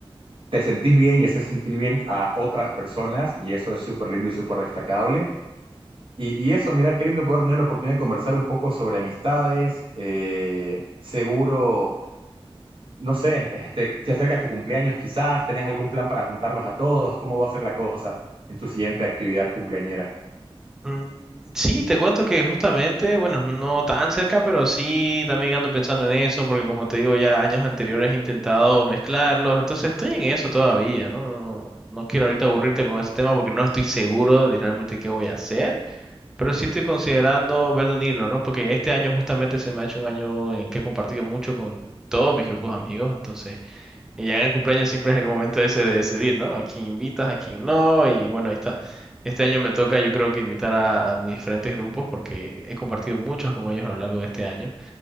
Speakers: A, on the right (about 60°); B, in the centre.
A: te sentís bien y haces sentir bien a otras personas y eso es súper lindo y súper destacable. Y, y, eso, mira, qué lindo poder tener la oportunidad de conversar un poco sobre amistades. Eh, seguro, no sé, este, se acerca tu cumpleaños quizás, tenés algún plan para juntarlos a todos, ¿cómo va a ser la cosa en tu siguiente actividad cumpleañera?
B: Mm, Sí, te cuento que justamente, bueno, no tan cerca, pero sí también ando pensando en eso, porque como te digo, ya años anteriores he intentado mezclarlos, entonces estoy en eso todavía, ¿no? No, no quiero ahorita aburrirte con ese tema porque no estoy seguro de realmente qué voy a hacer, pero sí estoy considerando ver de unirlo, ¿no? Porque este año justamente se me ha hecho un año en el que he compartido mucho con todos mis grupos de amigos, entonces... Y ya en el cumpleaños siempre es el momento ese de decidir, ¿no? A quién invitas, a quién no. Y bueno, ahí está. Este año me toca, yo creo que invitar a, a mis diferentes grupos porque he compartido muchos con ellos a lo largo de este año.